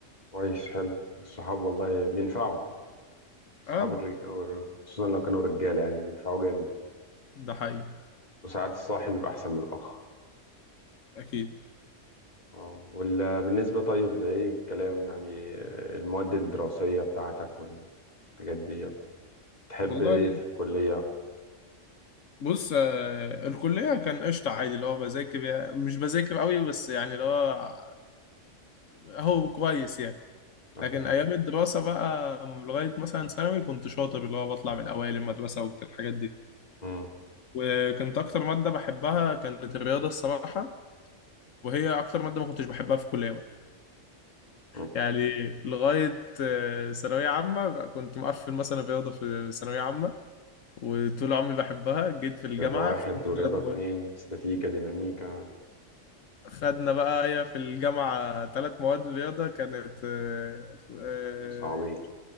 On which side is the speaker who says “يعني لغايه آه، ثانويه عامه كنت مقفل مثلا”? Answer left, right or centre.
Left